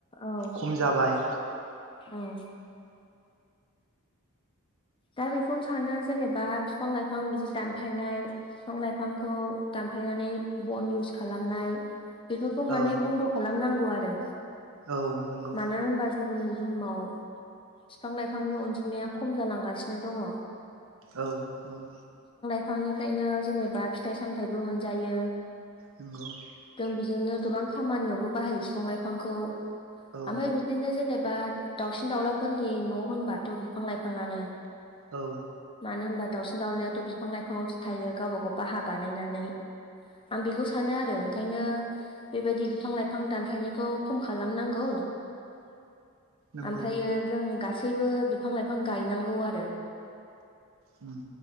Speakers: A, on the left; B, on the right.
A: औ
B: खम जाबाय
A: औ दा बेखौनो सानो जेनेबा बिफां लाइफां बिदि दानफायनाय बिफां लाइफांखौ दा फायनानै बन इउस खालामनाय बेफोरखौ माने
B: औ
A: बन्द खालामनांगौ आरो
B: औ नंगौ
A: मानो होनबा जोंनि बुहुमाव बिफां लाइफांनि अनजिमाया खम जालांगासिनो दङ
B: औ नंगौ।
A: बिफांनिफ्रायनो जेनेबा फिथाइ सामथायाइबो मोनजायो।
B: हमग <unintelligible>
A: जों बिजोंनो दुथां खामानियावबो बाहायो बिफां लायफांखौ
B: औ
A: आमफाराय बिदिनो जेनेबा बा दाउसिन दाउलाफोरनि न होनबाथ बिफां लाइफाङानो
B: औ।
A: मानो होनबा दावउसिन दावउलाथ बिफां लाइफांसो थायो गावबा गाव बाहा बानायनानै आं बेखौ सानो आरो ओंखायनो बेबायदि बिफां लाइफां दानफायनायखौ खम खालामनांगौ
B: नंगौ
A: ओमफ्रायो जों गासैबो बिफां लाइफां गायनांगौ आरो
B: उ।